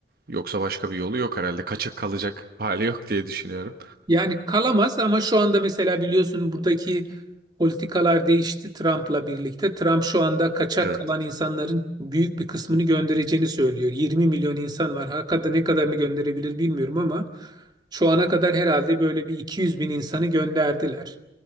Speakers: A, on the right; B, on the right.
A: Yoksa başka bir yolu yok herhalde. Kaçık kalacak hali yok diye düşünüyorum.
B: Yani kalamaz ama şu anda mesela biliyorsun buradaki politikalar değişti Trump'la birlikte. Trump şu anda kaçak
A: Evet.
B: kalan insanların büyük bir kısmını göndereceğini söylüyor. 20 milyon insan var. Hakikaten ne kadarını gönderebilir bilmiyorum ama şu ana kadar herhalde böyle bir 200 bin insanı gönderdiler.